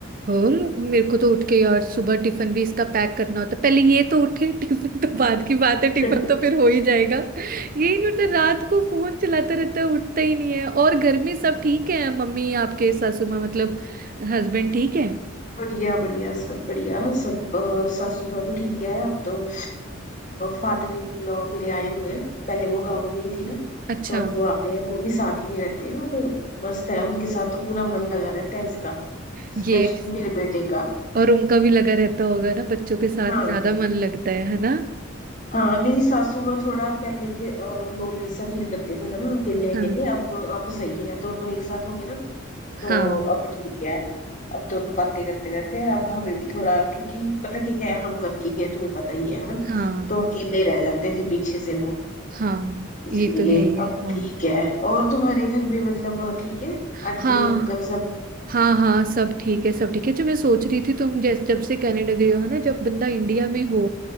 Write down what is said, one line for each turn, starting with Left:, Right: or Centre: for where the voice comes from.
Right: और मेरे को तो उठ के यार सुबह टिफिन भी इसका पैक करना होता है। पहले ये तो उठे <laughs> टिफिन तो बाद की बात है टिफिन
Left: <laughs>
Right: तो फिर हो ही जाएगा यही नहीं उठता रात को फोन चलाता रहता है उठता ही नहीं है और घर में सब ठीक है मम्मी आपके सासू माँ मतलब हस्बैंड ठीक है
Left: बढ़िया बढ़िया सब बढ़िया सब अ, सासू माँ भी ठीक है अब तो फादर इन लॉ मेरे आए हुए हैं पहले वो गाँव में ही थी ना
Right: अच्छा
Left: तो अब वो आ गए हैं वो भी साथ ही में रहते हैं और मस्त है उनके साथ तो पूरा मन लगा रहता है इसका
Right: ये
Left: स्पेशली मेरे बेटे का
Right: और उनका भी लगा रहता होगा ना बच्चों के साथ
Left: हाँ
Right: ज्यादा मन लगता है है ना
Left: हाँ मेरी सासू माँ थोड़ा पहले लोनली सा फील करते थे है ना अकेले
Right: हाँ
Left: अकेले अब अब सही है दोनों एक साथ हो गए ना तो
Right: हाँ
Left: अब ठीक है अब दोनों बातें करते रहते हैं अब हमें भी थोड़ा क्योंकि पता क्या है हम वर्किंग है तुम्हें पता ही है है ना
Right: हाँ
Left: तो अकेले रह जाते थे पीछे से वो
Right: हाँ
Left: इसलिए
Right: ये तो है ही है
Left: अब
Right: हाँ
Left: ठीक है और तुम्हारे घर में मतलब ठीक है
Right: हाँ
Left: आंटी अंकल सब
Right: हाँ हाँ सब ठीक है सब ठीक है जो मैं सोच रही थी तुम जैसे जब से कनाडा गई हो है ना जब बंदा इंडिया में हो